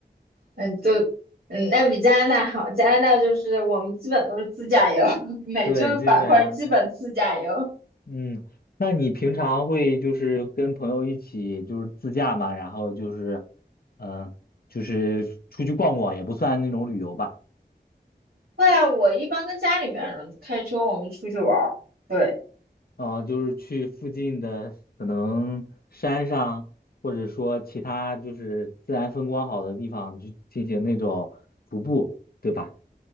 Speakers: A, on the right; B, on the left.
A: 嗯，就嗯，那比加拿大好，加拿大就是我们基本都是自驾游，<laughs> 每周板块基本自驾游。
B: 对，基本上，嗯，那你平常会就是跟朋友一起就是自驾嘛，然后就是，嗯，就是出去逛逛，也不算那种旅游吧，
A: 对啊，我一般跟家里面人开车，我们出去玩儿。对，
B: 哦，就是去附近的可能山上，或者说其他就是自然风光好的地方去进行那种徒步，对吧？